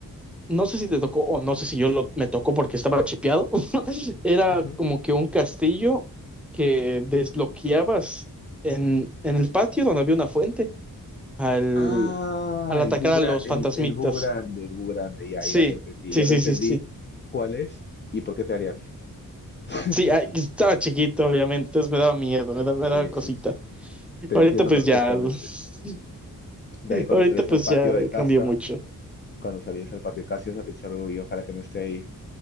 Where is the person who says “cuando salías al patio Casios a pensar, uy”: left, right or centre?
Left